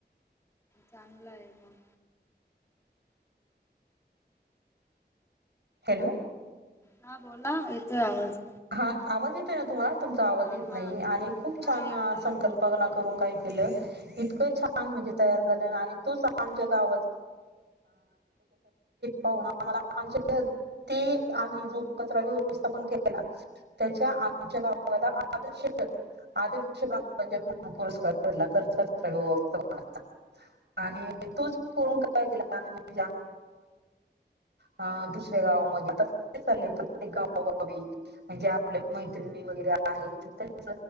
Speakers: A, on the left; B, on the right.
A: चांगलं आहे मग
B: हॅलो
A: हा बोला येतोय आवाज
B: हा आवाज येतोय ना तुम्हाला तुमचा आवाज
A: हा
B: येत
A: हा
B: नाही आणि खूप
A: हा
B: छान
A: येतोय
B: संकल्पना करून काही इतकं छान म्हणज तयार झा त आमच्या गा पाून आम्हा आ ते आणि जो कचरा व्यवस्था पण त्याच्या आमच्या नावाला आदर्श आद म्ह पुरस्कार ख व्य आणि तोच करून काय केला हा दुसऱ्या गावामध्ये चा प्रत्येक गावा म्हणजे आपल्या मैत्रिणी वगैरे आहेत त्यांच